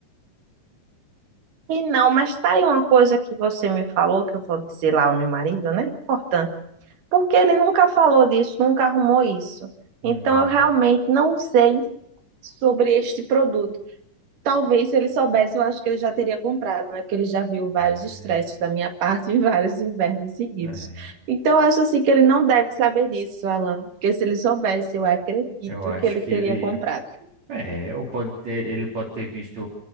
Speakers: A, on the right (about 75°); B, on the right (about 55°).
A: E não, mas tá aí uma coisa que você me falou, que eu vou dizer lá ao meu marido, né? Importante. Porque ele nunca falou disso, nunca arrumou isso.
B: Hum,
A: Então eu realmente não sei sobre este produto. Talvez se ele soubesse, eu acho que ele já teria comprado, né? Porque ele já viu vários
B: é,
A: estresses da minha <laughs> parte e vários invernos seguidos.
B: é.
A: Então, eu acho assim que ele não deve saber disso, Alan. Porque se ele soubesse, eu acredito
B: Eu acho
A: que ele
B: que
A: teria
B: ele.
A: comprado.
B: É, ou pode ter, ele pode ter visto